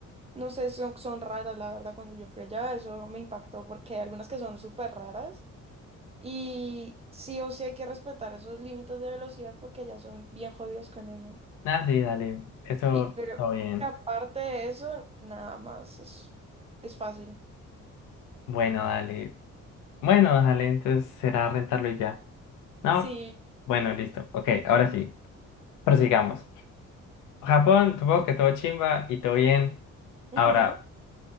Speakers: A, on the right; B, on the left.
A: No sé, son, son raras, la verdad, cuando yo fui allá, eso me impactó porque hay algunas que son súper raras. Y sí o sí hay que respetar esos límites de velocidad porque ya son bien jodidos con eso.
B: Ah, sí, dale. Eso,
A: Y creo
B: todo bien.
A: que aparte de eso, nada más es, es fácil.
B: Bueno, dale. Bueno, dale, entonces será rentarlo y ya. ¿No?
A: Sí,
B: Bueno, listo. Ok, ahora sí. Prosigamos. Japón, supongo que todo chimba y todo bien.
A: ujú.
B: Ahora,